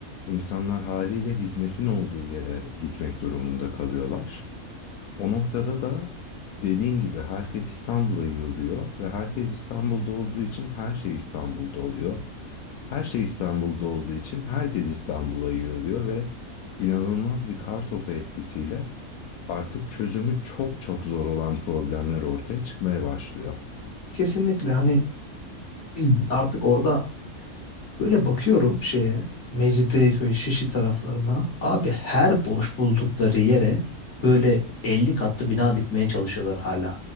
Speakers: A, on the left; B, on the left.
A: insanlar haliyle hizmetin olduğu yere gitmek durumunda kalıyorlar. O noktada da dediğin gibi herkes İstanbul'a yığılıyor ve herkes İstanbul'da olduğu için her şey İstanbul'da oluyor. Her şey İstanbul'da olduğu için herkes İstanbul'a yığılıyor ve inanılmaz bir kar topu etkisiyle artık çözümü çok çok zor olan problemler ortaya çıkmaya başlıyor.
B: kesinlikle hani <clears throat> artık orada Böyle bakıyorum şeye Mecidiyeköy, Şişli taraflarına. Abi her boş buldukları yere böyle 50 katlı bina dikmeye çalışıyorlar hala.